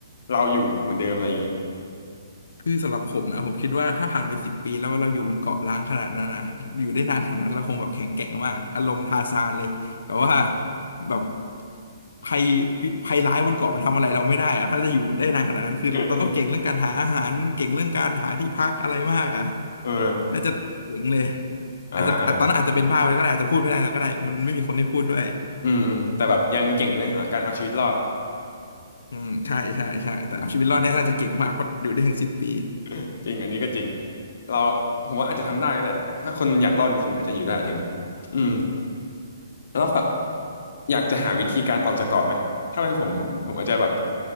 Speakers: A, on the left; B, on the left.
A: เราอยู่เหมือนเดิมอะไรอย่างงี้
B: คือสำหรับผมนะผมคิดว่าถ้าผ่านไปสิบปีแล้วเราอยู่บนเกาะล้างขนาดนั้นนะอยู่ได้นานขนาดนั้นเราคงแบบแข็งแกร่งมากอารมณ์ทาซานเลยแบบว่า
A: ฮะ
B: แบบภัยภัยร้ายบนเกาะมันทำอะไรเราไม่ได้อะถ้าจะอยู่ได้นานขนาดนั้นคือเราต้องเก่งเรื่องการหาอาหารเก่งเรื่องการหาที่พักอะไรมากอ่ะ
A: <laughs> เออ
B: น่าจะเจ๋งเลย
A: อ่า
B: อาจจะตอนนั้นอาจจะเป็นบ้าไปก็ได้อาจจะพูดไม่ได้แล้วก็ได้มันไม่มีคนให้พูดด้วย
A: อืมอืมแต่แบบยังเก่งเรื่องเอ่อการเอาชีวิตรอด
B: อืมใช่ใช่ใช่แต่เอาชีวิตรอดเนี่ยน่าจะเก่งมากเพราะอยู่ได้ถึงสิบปี
A: อืม <laughs> จริงอันนี้ก็จริงเราผมว่าอาจจะทำได้ก็ได้แบบถ้าคนมันอยากรอดจริงๆอาจจะอยู่ได้ถึงอืมแล้วแบบอยากจะหาวิธีการออกจากเกาะไหมถ้าเป็นผมผมอาจจะแบบ